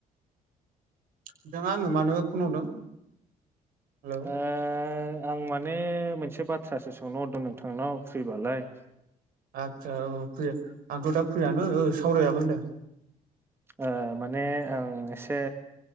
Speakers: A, on the right (about 75°); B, on the right (about 15°).
A: नोंथांङा आंनो मानो फन हरदों? हेलौ
B: ओ आं माने मोनसे बाथ्रासो सोंनो हरदों नोंथांनाव फ्रिबालाय।
A: आदसा औ फ्रि आंथ दा फ्रियानो सावराय जागोन दे।
B: ओ माने आं एसे